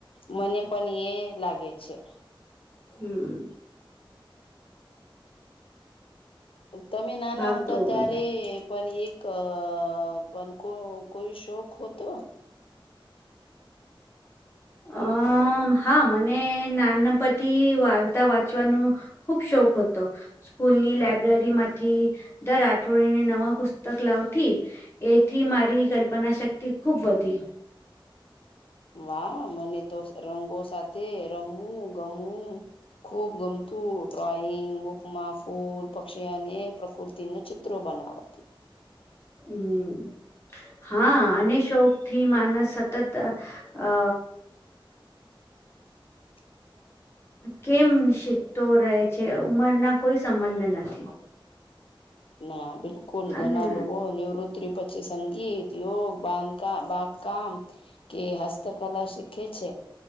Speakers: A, on the left; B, on the left.
A: મને પણ એ લાગે છે.
B: હમ.
A: તમે નાના
B: ભાગદોડ
A: હતા ત્યારે પણ એક અ પણ કો કોઈ શોખ હોતો? <inaudible>
B: હ. <unintelligible> હા, મને નાનપણથી વાર્તા વાંચવાનું ખુબ શોખ હતો. સ્કૂલની લાઈબ્રેરીમાંથી દર અઠવાડિયેને નવા પુસ્તક લાવતી. એથી મારી કલ્પનાશક્તિ ખૂબ વધી.
A: વાહ. મને તો રંગો સાથે રમવું, ગમવું ખૂબ ગમતું ડ્રોઈંગ બુકમાં ફૂલ, પક્ષી અને પ્રકૃતિને ચિત્ર ચિત્રો બનાવતી.
B: હમ. <unintelligible> હા, અને શોકથી માનસ સતત અ
A: <inaudible>
B: કેમ? શીખતો રહે છે. ઉંમરના કોઈ સંબંધ નથી.
A: ના, બિલકુલ ઘણા
B: અને
A: લોકો નિવૃતિિ પછી સંગીત યો બાંધ બા કામ કે હસ્ત કલા શીખે છે.